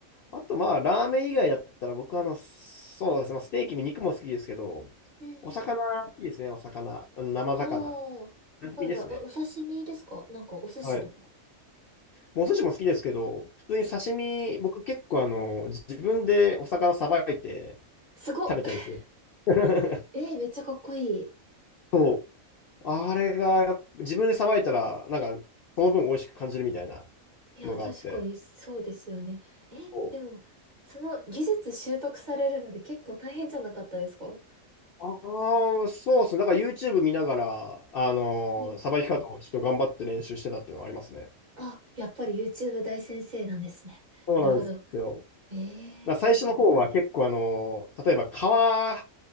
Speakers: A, on the left; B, on the right.
A: あと、まあ、ラーメン以外だったら、僕、あの、そうですね、まあ、ステーキも肉も好きですけど、
B: うんうん。
A: お魚、好きですね、お魚。あの生魚。
B: ああ。は
A: 刺身ですね。
B: いはい。えお刺身ですかなんか、お寿司とか。
A: はい。もうお寿司も好きですけど、普通に刺身、
B: うんうん
A: 僕結構あの、自分でお魚さばいて
B: すごっ。
A: 食べたりする。<laughs>
B: <laughs> えーめっちゃかっこいい。
A: そう。あれがやっぱ、自分でさばいたら、なんか、その分美味しく感じるみたいな
B: いや、
A: のがあって。
B: 確かにそうですよね。え、
A: そう
B: でも、その技術習得されるまで結構大変じゃなかったですか
A: ああ、そうですね。だから YouTube 見ながら、あのーさばき方をちょっと頑張って練習してたっていうのはありますね。
B: うん。あ、やっぱり YouTube 大先生なんですね。
A: そうなんですよ。
B: なるほど。え
A: だから最初の方は結構あのー例えば皮は、
B: え